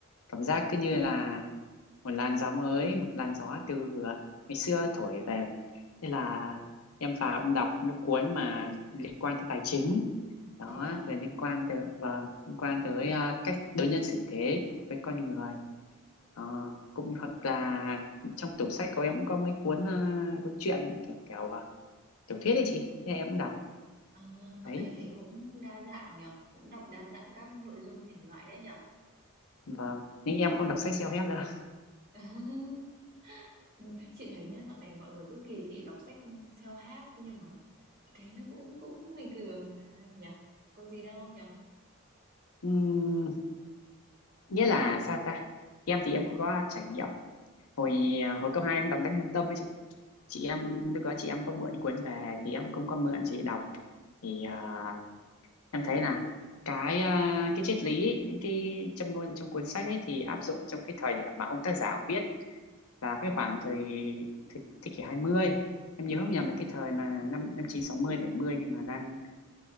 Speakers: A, on the left; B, on the right.
A: cảm giác cứ như là một làn gió mới, một làn gió từ ngày xưa thổi về. Thế là em vào em đọc những cuốn mà liên quan tới tài chính.
B: Ôi
A: Đó,
B: thế à?
A: rồi liên quan tới, vâng, liên quan tới ờ, cách đối nhân xử thế với con người. Ờ, cũng hoặc là trong tủ sách của em cũng có mấy cuốn ờ, cuốn truyện kiểu kiểu ờ, tiểu thuyết đấy chị thế em cũng đọc
B: À,
A: đấy
B: ấy thế cũng đa dạng nhở cũng đọc đa dạng các nội dung thể loại đấy nhở
A: vâng nhưng em không đọc sách self-help đâu
B: <laughs> chị thấy nhá dạo này mọi người cứ kỳ thị đọc sách self-help nhưng mà chị thấy nó cũng cũng bình thường à nhở có gì đâu nhở
A: <laughs> Ừm, nghĩa là sao ta em thì em cũng có trải nghiệm hồi ờ, hồi cấp hai em đọc Đắc Nhân Tâm với chị chị em lúc đó chị em có mượn cuốn về thì em cũng có mượn chị đọc thì ờ, em thấy là cái ờ, cái triết lý những cái châm ngôn trong cuốn sách ấy thì áp dụng trong cái thời điểm mà ông tác giả viết và cái khoảng thời thế, thế kỷ hai mươi em nhớ không
B: ừ.
A: nhầm là cái thời mà năm năm chín sáu mươi bảy mươi khi mà đang